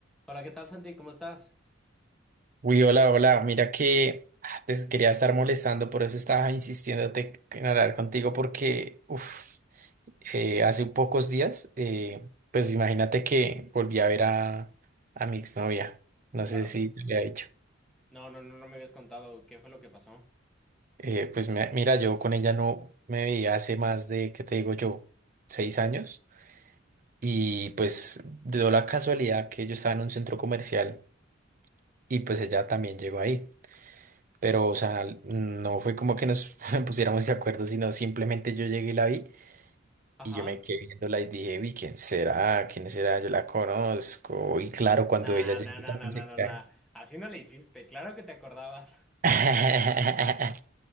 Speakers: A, in the centre; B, on the right.
A: Hola, ¿qué tal, Santi? ¿Cómo estás?
B: Uy, hola, hola. Mira que ah, te quería estar molestando, por eso estaba insistiéndote en hablar contigo, porque uf, eh, hace pocos días, eh, pues imagínate que volví a ver a, a mi exnovia. No
A: Claro.
B: sé si te había dicho.
A: No, no, no, no me habías contado qué fue lo que pasó.
B: Eh, pues me- mira, yo con ella no me veía hace más de, ¿qué te digo yo? Seis años. Y pues dio la casualidad que yo estaba en un centro comercial y pues ella también llegó ahí. Pero, o sea, no fue como que nos <laughs> pusiéramos de acuerdo, sino simplemente yo llegué y la vi
A: Ajá.
B: y yo me quedé viéndola y dije, uy, ¿quién será? ¿Quién será? Yo la conozco. Y claro, cuando
A: Nah,
B: ella llegó
A: nah, nah,
B: también
A: nah, nah,
B: se
A: nah,
B: queda.
A: nah. Así no le hiciste. Claro que te acordabas.
B: <laughs>